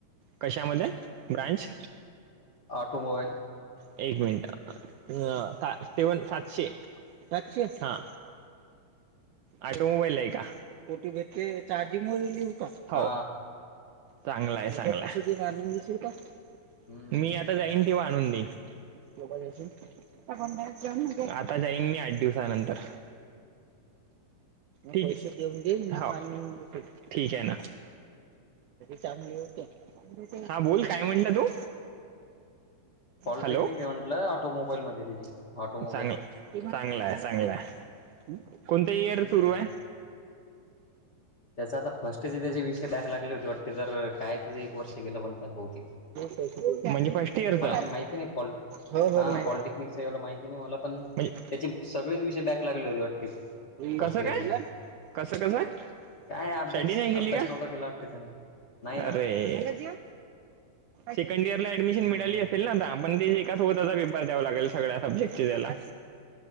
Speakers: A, on the right; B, on the left.
A: कशामध्ये ब्रांच?
B: ऑटोमोबाईल
A: एक मिनिट अ तेवण सातशे सातशे हा आटो मोबाईल आहे का कोठे भेटते चार्जिंग मध्ये लिहू का? हो.
B: हा
A: चांगला आहे चांगलाशील का
B: हम्म.
A: मी आता जाईन ते आणून देईन. त्योबा येशील. न आता जाईन मी आठ दिवसानंतर ठीक देऊन दे ठीक आहे ना. चांगलं हा बोल काय म्हटलं तू
B: पॉलिटेक्निक
A: हॅलो
B: आहे म्हटलं ऑटोमोबाईलमध्ये त्याची ऑटोमोबाईल
A: चांगलं चांगलाय चांगलंय कोणत इयर
B: हम्म.
A: सुरू आहे.
B: <inaudible> त्याचा आता फर्स्टचे त्याचे विषय बॅक लागले होते वाटते तर काय एक वर्ष गेलं म्हणतात बहुतेक.
A: म्हणजे फर्स्ट इयरचा
B: मला काही माहिती नाही पॉलिट
A: हो
B: हां
A: हो मा
B: पॉलिटेक्निकचं एवढं माहिती नाही मला पण
A: म्हणजे
B: त्याचे सगळेच विषय बॅक लागले होते वाटते फर्स्ट
A: कसं
B: इयरमध्ये
A: काय कसं कसं आहे.
B: काय अभ्यास
A: शेंडी नाही
B: अभ्यास
A: गेली का?
B: नव्हता केला वाटते त्याने नाही ना
A: अरे! सेकंड इयर ला ऍडमिशन
B: हम्म.
A: मिळाली असेल नाता आपण ते सोबतचा पेपर द्यावा लागेल सगळ्या सब्जेक्टचे त्याला